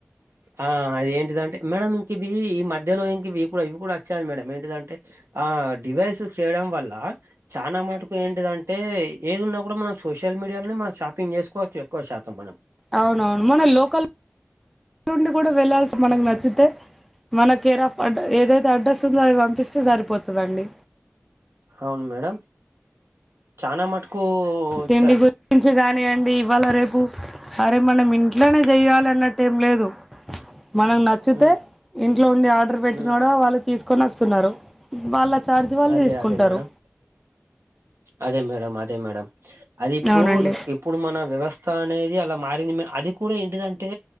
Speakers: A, on the right; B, in the centre.
A: ఆ అది ఏంటిది అంటే మేడం ఇంక ఇవీ ఈ మధ్యలో ఇంక ఇవి కూడా ఇవి కూడా వచ్చాను మేడం ఏంటిదంటే ఆ డివైసు చేయడం వల్ల చానా మటుకు ఏంటిదంటే ఏది ఉన్నా కూడా మనం సోషల్ మీడియాలోనే మనం షాపింగ్ చేసుకోవచ్చు ఎక్కువ శాతం మనం
B: అవునవును మన లోకల్ నుండి కూడా వెల్లాల్సి మనకు నచ్చి అయితే మనకు ఏరాఫ్ అ ఏదైతే అడ్రస్ ఉందో అవి పంపిస్తే సరిపోతుదండి
A: అవును మేడం చానా మటుకు
B: తిండి
A: చ
B: గురించి గాని అండి ఇవాళ రేపు రేపు మనం ఇంట్లోనే జెయ్యాలి అన్నట్టేం లేదు మనకు నచ్చితే
A: ఉమ్.
B: ఇంట్లో ఉండి ఆర్డర్ పెట్టినాడ
A: మ్మ్
B: వాళ్ళు తీసుకొని వస్తున్నారు వాళ్ళ ఛార్జ్ వాళ్ళు
A: అదే
B: తీసుకుంటరు
A: అదే మేడం అదే మేడం అదే మేడం అది ఇప్పుడూ
B: అవునండి
A: ఇ ఇప్పుడు మన వ్యవస్థ అనేది అలా మారింది మే అది కూడా ఏంటిదంటే